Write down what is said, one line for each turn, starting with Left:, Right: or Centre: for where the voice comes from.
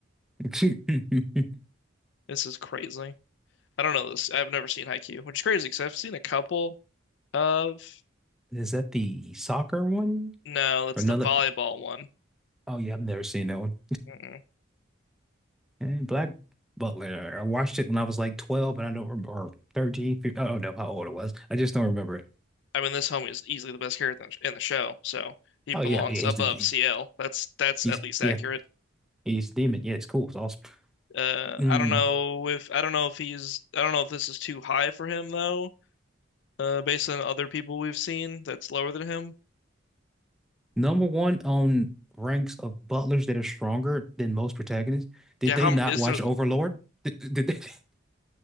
Centre: <laughs> Is
Left: This is crazy. I don't know this. I've never seen Haikyuu, which is crazy because I've seen a couple of.
Centre: that the soccer one
Left: No, it's
Centre: or another?
Left: the volleyball one.
Centre: Oh yeah, I've never seen that one.
Left: Mm-mm.
Centre: And Black Butler. I watched it when I was like 12, and I don't remember or 13. 15, I don't know how old it was. I just don't remember it.
Left: I mean, this homie is easily the best character in the in the show, so he belongs
Centre: Oh yeah, yeah,
Left: above
Centre: he's the D.
Left: CL. That's that's
Centre: He's
Left: at least
Centre: yeah,
Left: accurate.
Centre: He's demon. Yeah, it's cool. It's awesome.
Left: Uh,
Centre: Mm,
Left: I don't know if I don't know if he's I don't know if this is too high for him though. Uh, based on other people we've seen, that's lower than him.
Centre: number one on ranks of butlers that are stronger than most protagonists. Did
Left: Yeah,
Centre: they
Left: how m-
Centre: not
Left: is
Centre: watch
Left: there?
Centre: Overlord? Did, did they? <laughs>